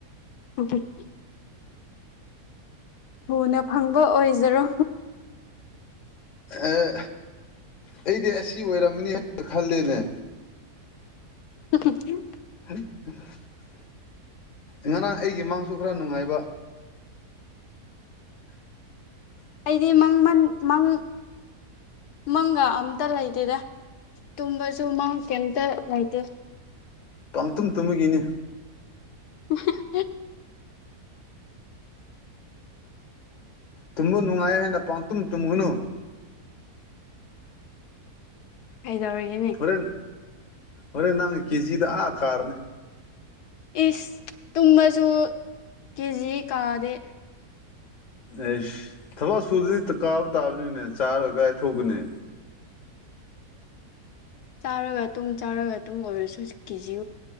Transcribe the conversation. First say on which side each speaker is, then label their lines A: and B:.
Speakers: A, on the left; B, on the left.
A: <unintelligible> ꯊꯨꯅ ꯐꯪꯕ ꯑꯣꯏꯖꯔꯣ
B: ꯑꯦ ꯑꯩꯗꯤ ꯑꯁꯤ ꯑꯣꯏꯔꯝꯃꯅꯤ ꯍꯥꯏꯅ ꯈꯜꯂꯤꯅꯦ
A: <unintelligible>
B: <unintelligible> ꯉꯔꯥꯡ ꯑꯩꯒꯤ ꯃꯥꯡꯁꯨ ꯈꯔ ꯅꯨꯡꯉꯥꯏꯕ ꯑ
A: ꯑꯩꯗꯤ ꯃꯃꯟ ꯃꯪ ꯃꯪꯒ ꯑꯝꯇ ꯂꯩꯇꯦꯗ ꯇꯨꯝꯕꯁꯨ ꯃꯪ ꯀꯩꯝꯇ ꯂꯩꯇꯦ
B: ꯄꯥꯡꯇꯨꯝ ꯇꯨꯝꯃꯒꯤꯅꯤ
A: ꯍ
B: ꯇꯨꯝꯕꯨ ꯅꯨꯡꯉꯥꯏ ꯍꯥꯏꯅ ꯄꯥꯎꯇꯨꯝ ꯇꯨꯝꯒꯨꯅꯨ
A: ꯀꯩꯗꯧꯔꯤꯒꯦꯅꯦ
B: ꯍꯣꯔꯦꯟ ꯍꯣꯔꯦꯟ ꯅꯪ ꯀꯦꯖꯤꯗ ꯑꯥ ꯀꯥꯔꯅꯤ
A: ꯏꯁ ꯇꯨꯃꯁꯨꯁꯨ ꯀꯦꯖꯤꯖꯤ ꯀꯥꯗꯦ
B: ꯑꯦꯁ ꯊꯕꯛ ꯁꯨꯗꯗꯤ ꯀꯥꯕ ꯇꯥꯕꯅꯤꯅꯦ ꯆꯥꯔꯒ ꯀꯗꯥꯥꯏ ꯊꯣꯛꯀꯅꯤ
A: ꯆꯥꯔꯒ ꯇꯨꯝ ꯆꯥꯔꯒ ꯇꯨꯝ ꯑꯣꯏꯔꯁꯨ ꯀꯦ ꯖꯤ